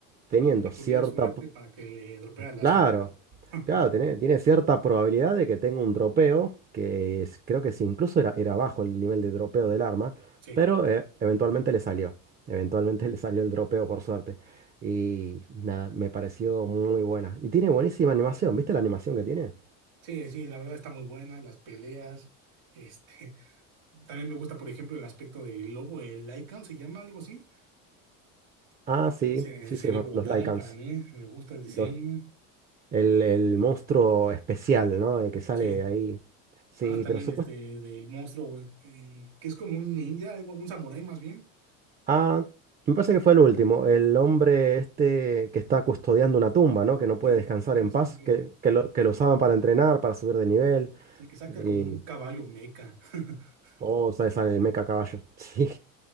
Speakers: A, on the right (about 25°); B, on the right (about 80°).
A: teniendo
B: que tuviera
A: cierta,
B: suerte para que le dropearan las
A: Claro,
B: armas. <laughs>
A: claro, tiene, tiene cierta probabilidad de que tenga un dropeo, que es- creo que sí, incluso era, era bajo el nivel de dropeo del arma,
B: Sí,
A: pero eh, eventualmente le salió, eventualmente <laughs> le salió el dropeo por suerte. Y nada, me pareció muy buena. Y tiene buenísima animación, ¿viste la animación que tiene?
B: sí, sí, la verdad está muy buena, las peleas, este, <laughs> también me gusta, por ejemplo, el aspecto del lobo, el Lycan, ¿se llama algo así?
A: Ah, sí,
B: eh, Se,
A: sí,
B: se
A: sí,
B: ve
A: es verdad,
B: brutal
A: los Lycans,
B: para mí, me gusta el diseño.
A: los- el, el monstruo especial, ¿no? El que sale
B: Sí.
A: ahí. Sí,
B: Ah, también
A: pero supuestamente...
B: este del monstruo, güey, el- que es como un ninja, algo- un samurái más bien.
A: Ah, me parece que fue el último. El hombre este que está custodiando una tumba, ¿no? Que no puede
B: Sí,
A: descansar
B: sí,
A: en
B: sí,
A: paz,
B: sí,
A: que,
B: sí.
A: que lo,
B: Bien.
A: que lo usaban para entrenar, para subir de nivel.
B: Sí, que saca
A: Y.
B: como un caballo meca. <laughs>
A: Oh, sale, sale el meca caballo. <laughs> Sí.